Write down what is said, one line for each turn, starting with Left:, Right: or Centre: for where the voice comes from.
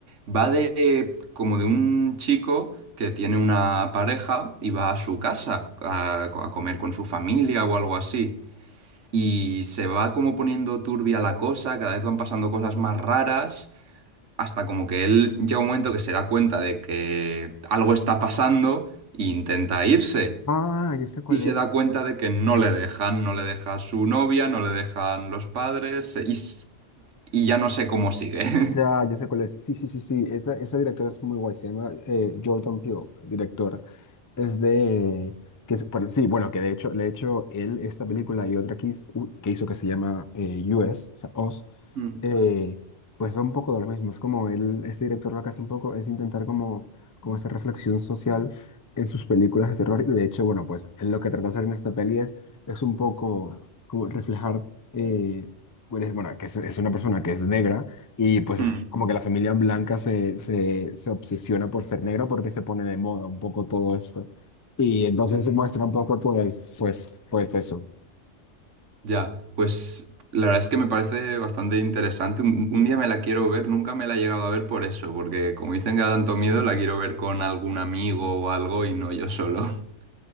Right: Va de como de un chico que tiene una pareja y va a su casa a, a comer con su familia o algo así. Y se va como poniendo turbia la cosa, cada vez van pasando cosas más raras, hasta como que él llega un momento que se da cuenta de que algo está pasando e intenta irse.
Left: Ah, ya sé cuál
Right: Y se
Left: es.
Right: da cuenta de que no le dejan, no le deja su novia, no le dejan los padres y, s- y ya no sé cómo sigue.
Left: Ya,
Right: <laughs>
Left: ya sé cuál es. Sí, sí, sí, sí. Esa, esa directora es muy guay. Se llama eh, Jordan Peele, directora. Es de... Que es- bueno, sí, bueno, que de hecho, le he hecho él esta película y otra que hizo, u- que hizo que se llama eh, US, o sea, Oz
Right: Mm.
Left: eh, pues va un poco de lo mismo. Es como él, este director lo que hace un poco es intentar como, como hacer reflexión social en sus películas de terror. Y de hecho, bueno, pues él lo que trata de hacer en esta peli es, es un poco como reflejar, eh, pues, es- bueno, que es, es una persona que es negra y pues
Right: Mm,
Left: es como que la familia blanca se, se, se obsesiona por ser negro porque se pone de moda un poco todo esto. Y entonces muestra un poco pues, pues, pues eso.
Right: Ya, pues la verdad es que me parece bastante interesante. Un, un día me la quiero ver, nunca me la he llegado a ver por eso, porque como dicen que da tanto miedo, la quiero ver con algún amigo o algo y no yo solo. <laughs>